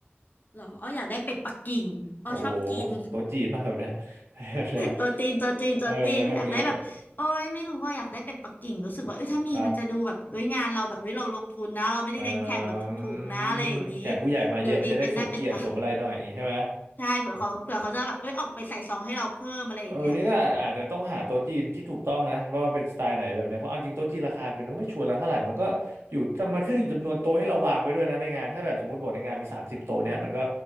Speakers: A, on the left; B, on the right.
A: หรออ้ออยากได้เป็ดปักกิ่งอ้อชอบกิน
B: โอ้โหโต๊ะจีนมากแบบเนี้ย <laughs> แบบเนี้ย
A: ตัวตีนตัวตีนตัวตีนอยากได้แบบโอ้ยไม่รู้ว่าอยากได้เป็ดปักกิ่งรู้สึกว่าเอ้ยถ้ามีมันจะดูแบบเอ้ยงานเราแบบเว้ยเราลงทุนนะเราไม่ได้เลี้ยงแขกแบบถูกๆนะอะไรอย่างนี้
B: เออถ้าเป็นอย่างเงี้ยครับเออแขกผู้ใหญ่มาเยอะมันจะได้สมเกียรติสมอะไรหน่อยอย่างงี้ใช่ไหม
A: ดูดีเป็นหน้าเป็นตา <laughs> ใช่เผื่อเขาเผื่อเขาจะแบบเอ้ยออกไปใส่ซองให้เราเพิ่มอะไรอย่างเงี้ย
B: เออนี่ก็อาอาจจะต้องหาโต๊ะจีนที่ถูกต้องนะว่ามันเป็นสไตล์ไหนแบบเนี้ยเพราะเอาจริงโต๊ะจีนราคาเป็นก็ไม่ชัวร์แล้วเท่าไหร่มันก็อยู่มันขึ้นอยู่จำนวนโต๊ะให้เราวางไว้ด้วยนะในงานถ้าแบบสมมติบทในงานมีสามสิบโต๊ะเนี้ยมันก็